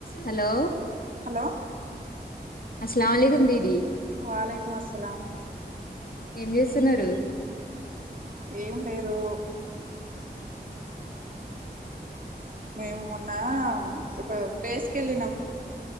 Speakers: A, on the left; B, on the right.
A: Hello
B: hello
A: అస్లావ్లీగా ఉంది ఇది
B: వాలేకుం అస్లాం
A: ఏం చేస్తున్నారు
B: ఏం లేదు మేము మొన్న ఒక ప్లేస్ కి వెళ్ళినాం